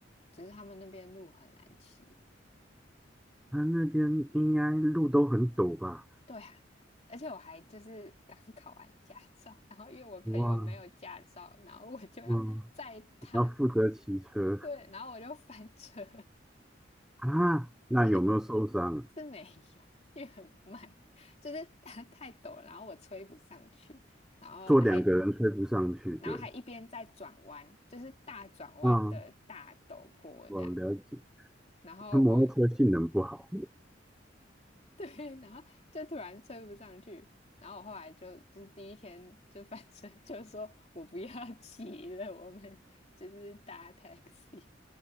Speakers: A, on the left (about 35°); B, in the centre.
A: 只是他们那边路很难骑。
B: 它那边应该路都很陡吧？
A: 对啊，而且我还就是 <laughs> 刚考完驾照，然后因为我朋友没有驾照，
B: 哇，
A: 然后我就要载他，
B: 嗯，要负责骑车
A: 对，然后我就翻车，
B: <laughs> 啊？那有没有受伤？
A: 就是是没有，因为很慢，就是它太陡了，然后我吹不上去，然后还
B: 坐两个人推不上去，
A: 然后还一边在转弯，
B: 对，
A: 就是大转弯的大陡坡这样。
B: 嗯，我了解，
A: 然后我
B: 他摩托车性能不好。
A: <laughs> 对，然后就突然追不上去，然后我后来就就是第一天就反正 <laughs> 就说我不要骑了，我们就是搭 taxi。